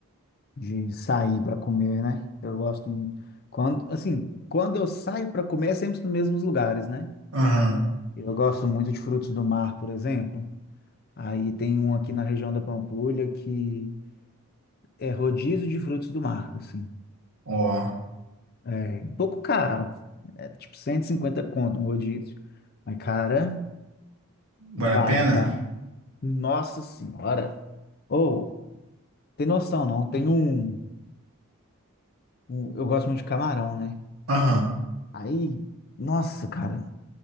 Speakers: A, on the left; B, on the right.
A: de sair para comer, né? Eu gosto muito. Quando, assim, quando eu saio para comer, é sempre nos mesmos lugares, né?
B: Aham.
A: Eu gosto muito de frutos do mar, por exemplo. Aí tem um aqui na região da Pampulha que é rodízio de frutos do mar, assim.
B: Ó,
A: É um pouco caro. É tipo 150 conto um rodízio. Mas, cara,
B: vale
A: vale,
B: a pena?
A: tá? Nossa Senhora. Ou, tem noção, não? Tem um, um- Eu gosto muito de camarão, né?
B: Aham.
A: Aí, nossa, cara.